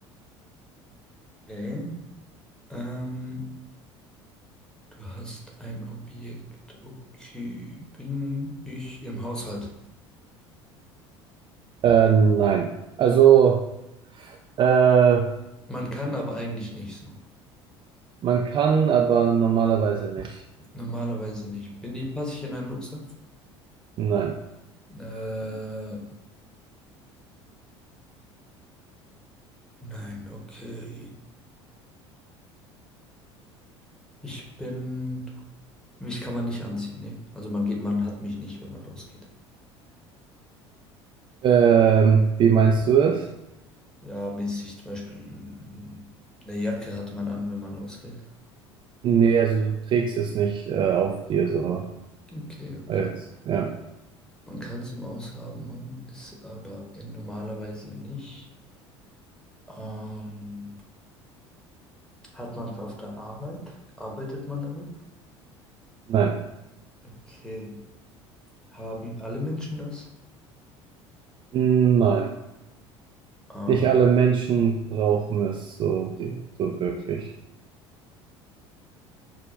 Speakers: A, in the centre; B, on the right (about 35°).
A: Okay. Ähm, du hast ein Objekt. Okay, bin ich im Haushalt?
B: Äh, nein. Also, äh,
A: Man kann, aber eigentlich nicht so.
B: man kann, aber normalerweise nicht.
A: Normalerweise nicht. Bin ich, passe ich in einen Rucksack?
B: Nein.
A: Äh, nein, okay. Ich bin. Mich kann man nicht anziehen, ne? Also man geht, man hat mich nicht, wenn man rausgeht.
B: Ähm, wie meinst du es?
A: Ja, mäßig zum Beispiel eine Jacke hat man an, wenn man rausgeht.
B: Nee, also du trägst es nicht, äh, auf dir so.
A: Okay, okay,
B: Als, ja.
A: Man kann es im Aus haben, man ist aber in normalerweise nicht. Ähm, hat man es auf der Arbeit? Arbeitet man damit?
B: Nein.
A: Okay. Haben alle Menschen das?
B: Hm, Nein.
A: Ähm,
B: Nicht alle Menschen brauchen es so, so wirklich.